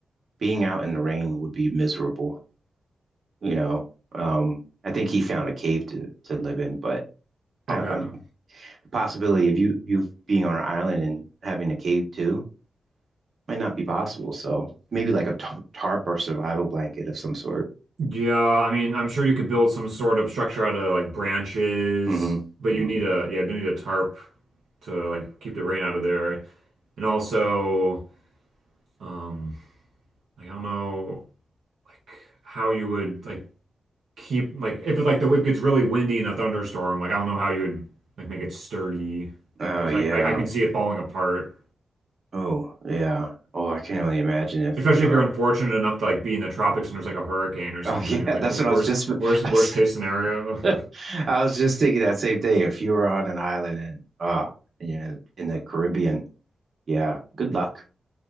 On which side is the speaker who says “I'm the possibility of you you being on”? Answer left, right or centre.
Right